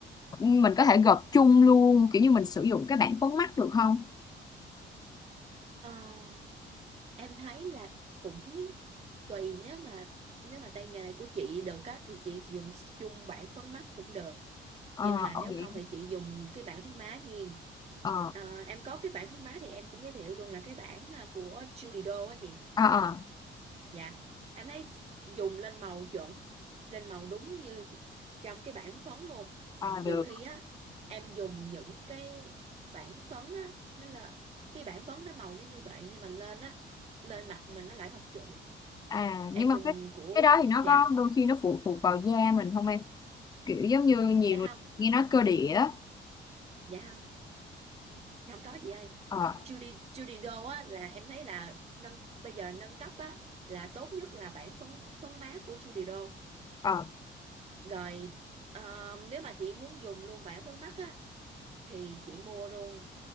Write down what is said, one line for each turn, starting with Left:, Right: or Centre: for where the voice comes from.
Left: Ừ, mình có thể gộp chung luôn kiểu như mình sử dụng cái bảng phấn mắt được không
Right: Ờ, em thấy là cũng tùy nếu mà nếu mà tay nghề của chị được á thì chị dùng chung bảng phấn mắt cũng được
Left: ờ
Right: nhưng mà
Left: ờ,
Right: nếu
Left: vậy
Right: không thì chị dùng cái bảng phấn má riêng
Left: ờ
Right: Ờ, em có cái bảng phấn má thì em cũng giới thiệu luôn là cái bảng à, của Judy Do á chị
Left: ờ ờ
Right: dạ em thấy dùng lên màu chuẩn lên màu đúng như trong cái bảng phấn luôn
Left: ờ,
Right: nhiều
Left: được
Right: khi á em dùng những cái bảng phấn á nó là cái bảng phấn nó màu nó như vậy nhưng mà lên á lên mặt mình nó lại không chuẩn
Left: à nhưng
Right: em
Left: mà
Right: dùng
Left: cái
Right: của
Left: cái đó thì nó
Right: dạ
Left: có đôi khi nó phụ thuộc vào da mình không em kiểu giống như nhiều
Right: dạ
Left: người
Right: không
Left: nghe nói cơ địa á
Right: dạ không dạ không có chị ơi
Left: ờ
Right: Judy Judy Do á là em thấy là nâng bây giờ nâng cấp á là tốt nhất là bản phấn phấn mát của Judy Do
Left: ờ
Right: rồi ờ, nếu mà chị muốn dùng luôn bản phấn mắt á thì chị mua luôn